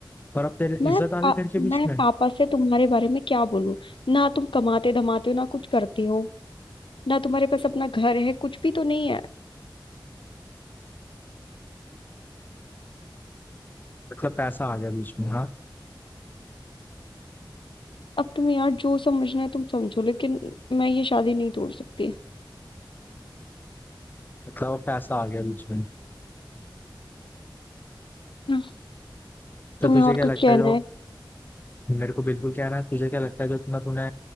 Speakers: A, on the left; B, on the left.
A: पर अब तेरे
B: मैं
A: इज्जत
B: पा,
A: आ गई घर के बीच
B: मैं
A: में
B: पापा से तुम्हारे बारे में क्या बोलूं ना तुम कमाते धमाते हो ना कुछ करते हो ना तुम्हारे पास अपना घर है कुछ भी तो नहीं है
A: मतलब पैसा आ गया बीच में हाँ
B: अब तुम्हें यार जो समझना है तुम समझो लेकिन मैं ये शादी नहीं तोड़ सकती
A: मतलब अब पैसा आ गया बीच में
B: हाँ,
A: तो
B: तुम्हें
A: तुझे
B: और
A: क्या लगता
B: कुछ कहना
A: है जो
B: है
A: मेरे को बिल्कुल कहना है तुझे क्या लगता है जो इतना तूने